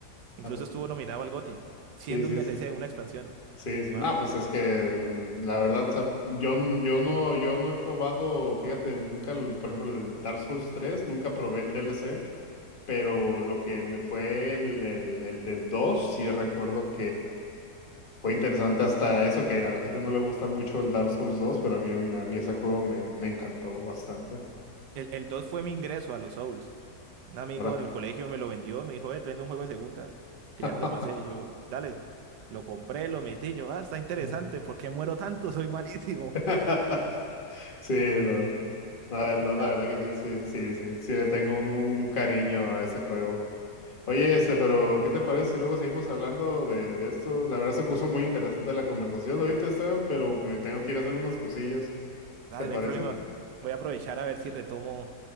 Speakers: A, on the right (about 80°); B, on the left (about 30°).
A: Incluso
B: Ah, pues,
A: estuvo nominado al GOTY, siendo
B: sí, sí,
A: un DLC, una expansión.
B: sí, sí.
A: wow
B: No, pues es que la verdad, o sea, yo, n- yo no, yo no he probado, fíjate, nunca, el- por ejemplo, el Dark Souls tres nunca probé el DLC, pero lo que me fue el, el, el del 2 sí recuerdo Fue interesante hasta eso que a la gente no le gusta mucho el Dark Souls dos, pero a mí, a mí ese juego me, me encantó bastante.
A: El, el 2 fue mi ingreso a los Souls. Un amigo
B: Ahora.
A: en el colegio me lo vendió, me dijo, eh, te vendo un juego de segunda, que
B: <laughs>
A: ya me lo pasé. Y yo, dale, lo compré, lo metí. y Yo, ah, está interesante,
B: Mm.
A: ¿por qué muero tanto? Soy malísimo.
B: <laughs>
A: <laughs>
B: Sí, no. No, el
A: Y
B: dos, la
A: ya,
B: verdad
A: por
B: que
A: ahí.
B: sí, sí, sí, sí, sí, le tengo un, un cariño a ese juego. Oye, este, pero ¿qué te parece si luego seguimos hablando de, de esto? La verdad se puso muy interesante la conversación ahorita, Esteban, pero me tengo que ir a hacer unas cosillas.
A: Dale,
B: ¿Te parece?
A: no hay problema. Voy a aprovechar a ver si retomo